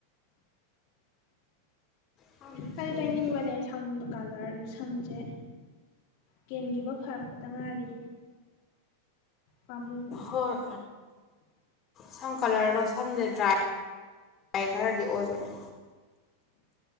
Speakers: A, on the left; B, on the left.
A: ꯈꯪꯗꯦ
B: ꯀꯔꯤ
A: ꯁꯝꯁꯤꯁꯨ
B: ꯇꯥꯏꯅꯤꯡꯡꯕꯅꯦꯁꯦ ꯁꯝꯗꯣ ꯀꯥꯂꯔꯗꯣ ꯁꯝꯁꯦ ꯀꯦꯟꯈꯤꯕ ꯐꯔꯛꯄꯗ ꯉꯥꯏꯔꯤ ꯄꯃꯨꯕ
A: ꯍꯣꯏ ꯁꯝ ꯀꯂꯔꯗꯣ ꯁꯝꯁꯦ ꯗ꯭ꯔꯥꯏ ꯗ꯭ꯔꯥꯏ ꯈꯔꯗꯤ ꯑꯣꯏꯕꯅꯦ